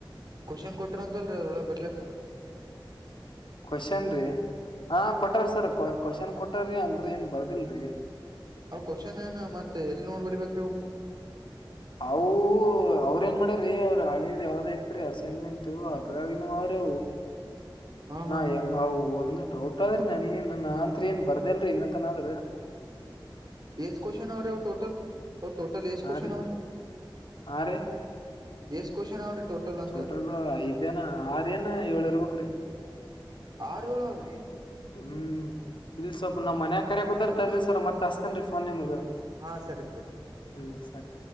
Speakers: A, on the right; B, on the left.
A: ಕ್ವಷನ್ ಕೊಟ್ರ ಅಂತಲ್ರಿ ಅದರೊಳಗ ಬರ್ಲ್ಯಾಕ.
B: ಕ್ವಶನ್ ರೀ. ಹಾ ಕೊಟ್ಟಾರ ಸರ್ ಕ್ವಶನ್ ಕೊಟ್ಟಾರಿ ಅಂದ್ರ ಏನ್ ಬರ್ದಿಲ್ರಿ.
A: ಹ ಕ್ವಷನೆನ್ ಮತ್ತೆ ಎಲ್ ನೋಡ್ ಬರಿರ್ಬೇಕ್ರಿ ಅವು.
B: ಅವು ಅವ್ರ ಏನ್ ಮಾಡ್ಯಾರಿ ಅವ್ರ ಹಳಿದ್ ಯಾವ್ದೋ ಇತ್ರಿ ಅಸೈನ್ಮೆಂಟ್ ಅದ್ರಾಗ್ ಇನ್ವು ಆವ್ರಿ.
A: ಹಾ ಹಾ
B: ನಾ
A: ಹಾ
B: ಹೆಂಗ ಒಂದು ಡೌಟ್ ಅದ್ರಿ ನಂಗೆ ನಾ ಅಂತ್ರ ಏನ್ ಬರ್ ಬಾರ್ದಿಲ್ಲ ಇನ್ನತನಾದ್ರೂ.
A: ಏಸ್ ಕ್ವಷನ್ ಆವ್ರಿ ಅವು ಟೋಟಲ್ ಟೋಟಲ್ ಎಸ್
B: ಹಾ
A: ಕ್ವಷನ್
B: ರೀ
A: ಅವ್ರಿ.
B: ಹಾ ರೀ.
A: ಎಸ್ ಕ್ವಶನ್ ಅವ್ರಿ ಅಂದ
B: ಟೋಟಲ್ ಐದನೇ ಆರೆನ್ ಏಳು ಇರಬೇಕ್ರಿ
A: ಆರ್ ಏಳು ಅವ್ರಿ
B: ಹ್ಮ್ ಇಲ್ ಸ್ವಲ್ಪ ನಮ್ ಮನ್ಯಗ ಕರಿಯಾ ಕತ್ಯಾರಿ ತಡ್ರಿ ಸರ್ ಮತ್ ಅಷ್ಟ. ನ್ರಿ ಫೋನ್ ನಿಮಗೆ
A: ಹಾ ಸರಿ ತೋರಿ
B: ಹ್ಮ ಸರಿ.